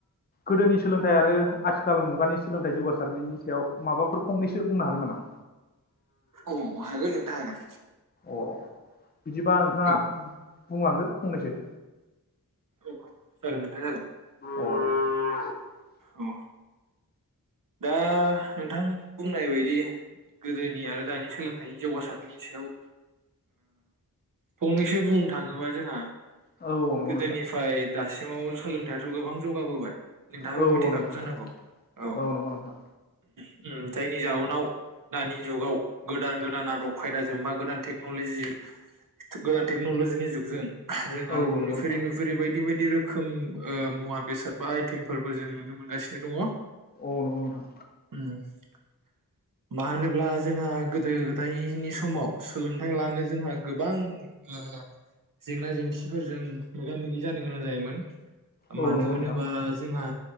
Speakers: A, on the left (about 25°); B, on the right (about 60°).
A: गोदोनि सोलोंथाइ आरो आथिखाल मुगानि सोलोंथाइ जौगासारनायनि सायाव माबाफोर फंनैसो बुंनो हागोन नामा?
B: औ हागोन नोंथां
A: अ बिदिबा नोंथाङा
B: औ
A: बुंलांदो फंनैसो,
B: औ जागोन नोंथां जागोन
A: <unintelligible>
B: औ दा नोंथां बुंनाय बायदि गोदोनि आरो दानि सोलोंथाइनि जौगासारनि सायाव ओ फंनैसो बुंनो थाङोबा जों <unintelligible>
A: औ औ नंगौ
B: गोदोनिफ्राय
A: नोंथां
B: दासिम सिमाव सोलोंथायाथ' गोबां जौगाबोबाय नोंथाङाबो
A: औ
B: मिथिखागौ
A: औ नंगौ नोंथां
B: जानांगौ औ
A: नंगौ नोंथां
B: <unintelligible> जायनि जाउनाव दानि जुगाव गोदान गोदान आदब खायदाजों बा गोदान टेक्नलजि गोदान टेक्न'लजिनि जुगजों जोंहा
A: औ नंगौ
B: नुफेरै
A: नोंथां
B: नुफेरै बायदि बायदि बायदि रोखोम ओ मुवा बेसाद बा आइटेमफोरबो जों नुनो मोनगासिनो दङ
A: औ नंगौ नोंथां
B: <unintelligible> मानो होनोब्ला जोंहा गोदो गोदायनि समाव सोलोंथाइ लानो जोंहा गोबां ओ जेंना जेंसिफोरजों मोगा मोगि जानो गोनां जायोमोन।
A: औ
B: मानो
A: नंगौ
B: होनोबा
A: नोंथां
B: जोंहा